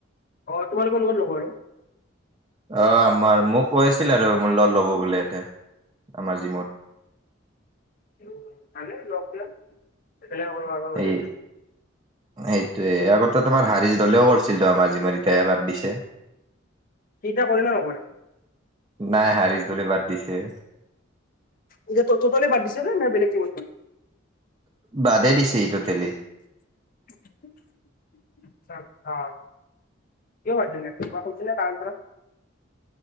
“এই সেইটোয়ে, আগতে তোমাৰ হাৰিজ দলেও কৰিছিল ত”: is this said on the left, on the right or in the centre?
Right